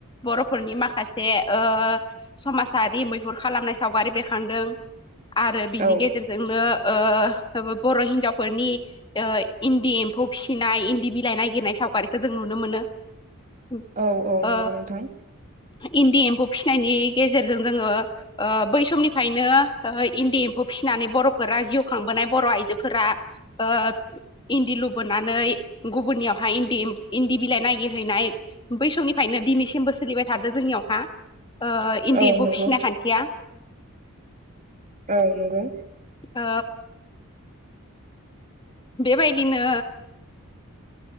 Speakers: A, on the left; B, on the right.
A: बर'फोरनि माखासे ओ समाजारि मैहुर खालामनाय सावगारि बेखांदों आरो बिनि
B: औ
A: गेजेरजों जोंनो ओ बर' हिन्जावफोरनि ओ इन्दि एम्फौ फिसिनाय इन्दि बिलाइ नागिरनाय सावगारिखौो जों नुनो मोनो <inaudible> ओ
B: औ औ नंगौ नोंथां
A: इन्दि एम्फौ फिसिनायनि गेजेरजों जोङो ओ बै समनि ओंखायनो इन्दि एम्फौ फिसिनानै बर'फोरा जिउ खांबोनाय बर' आइजोफोरा ओ इन्दि लुबोनानै गुबुननियावहाय इन्दि इन्दि बिलाइ नागिरहैनाय बै समनिफ्रायनो दिनैसिमबो सोलिबाय थादो जोंनियावहा ओ इन्दि
B: औ
A: एम्फौ
B: नंगौ
A: फिसिना खान्थिया।
B: औ नंगौ
A: ओ बेबायदिनो